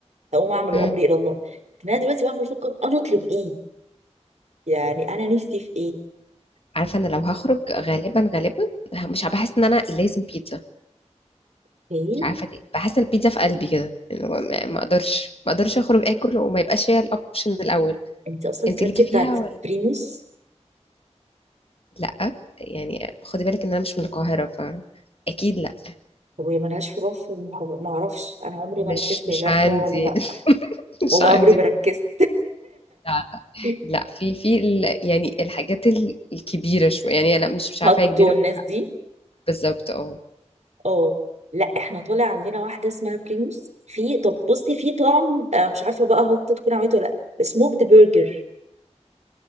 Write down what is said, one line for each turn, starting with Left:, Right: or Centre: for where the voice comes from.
Right: هقوم اعمل وامري
Left: مم.
Right: الى الله لكن انا دلوقتي بعمل افكر انا اطلب ايه يعني انا نفسي في
Left: عارفه انا لو هخرج غالبا غالبا مش بحس ان انا لازم بيتزا
Right: ايه
Left: مش عارفه ليه بحس ان البيتزا في قلبي كده اللي هو ما ما اقدرش ما اقدرش اخرج اكل وما يبقاش هي الاوبشن الاول
Right: انت اصلا
Left: انت
Right: كلتي
Left: ليكي
Right: بتاعت
Left: فيها ولا
Right: بريموس
Left: لا يعني خدي بالك ان انا مش من القاهره ف اكيد لا
Right: طب وهي ملهاش فروع في المحافظة ما اعرفش انا عمري
Left: مش
Right: ما ركزت
Left: مش
Right: هي لها
Left: عندي
Right: فروع ولا لا
Left: <laughs> مش
Right: والله
Left: عندي
Right: عمري ما ركزت
Left: لا
Right: <laughs>
Left: لا في في ال... يعني الحاجات ال- الكبيرة شوية يعني لا مش مش عارفة
Right: هاتو
Left: هي كبيرة
Right: الناس
Left: ولا لا
Right: دي
Left: بالظبط اه
Right: اه لا احنا طالع عندنا واحده اسمها بريموس في طب بصي في طعم آه، مش عارفه بقى هات تكون عملته ولا لا سموكد برجر